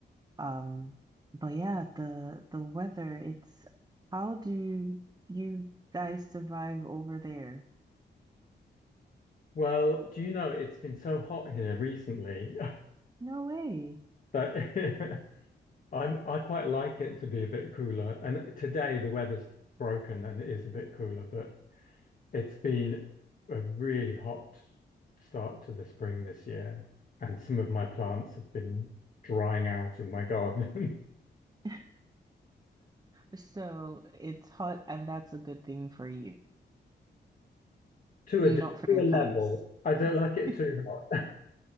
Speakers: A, on the right (about 20°); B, on the left (about 45°).
A: Um, but yeah, the the weather, it's how do you guys survive over there?
B: Well, do you know it's been so hot here recently
A: No way.
B: <laughs> that <laughs> I'm I quite like it to be a bit cooler. And today the weather's broken and it is a bit cooler, but It's been a really hot start to the spring this year, and some of my plants have been drying out in my garden
A: <laughs> So it's hot, and that's a good thing for you,
B: <laughs> to a
A: not
B: to
A: for your
B: a level.
A: plants.
B: I don't like
A: <laughs>
B: it too hot.